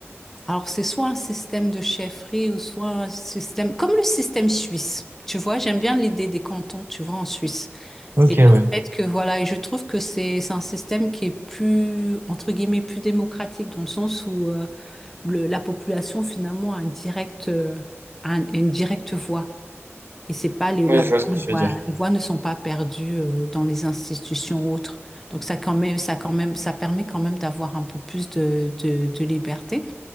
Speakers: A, in the centre; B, on the right.
A: Alors, c'est soit un système de chefferie ou soit un système... Comme le système suisse. Tu vois, j'aime bien l'idée des cantons, tu vois, en Suisse.
B: Ok,
A: Et le
B: ouais.
A: fait que, voilà, et je trouve que c'est c'est un système qui est plus, entre guillemets, plus démocratique, dans le sens où euh, le- la population, finalement, a un direct, euh, un- une directe voix. Et c'est pas les, leurs
B: Ouais, je
A: voix,
B: vois ce que tu
A: voilà,
B: veux dire.
A: les voix ne sont pas perdues euh, dans les institutions autres. Donc ça quand même, ça quand même, ça permet quand même d'avoir un peu plus de, de, de liberté.